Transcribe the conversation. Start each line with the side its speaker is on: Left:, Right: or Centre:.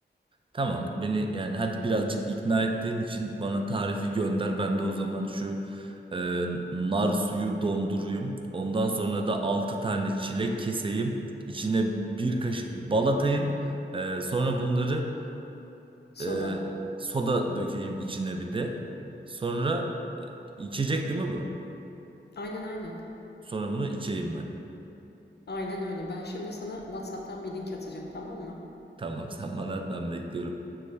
Right: Tamam beni yani hadi birazcık ikna ettiğin için bana tarifi gönder. Ben de o zaman şu e, nar suyu donduruyum. Ondan sonra da 6 tane çilek keseyim. İçine bir kaşık bal atayım. E, sonra bunları
Left: Soda.
Right: e, soda dökeyim içine bir de. Sonra içecek değil mi bu?
Left: Aynen aynen.
Right: Sonra bunu içeyim ben.
Left: Aynen öyle. Ben şimdi sana WhatsApp'tan bir link atacağım tamam mı?
Right: Tamam <laughs> sen bana at ben bekliyorum.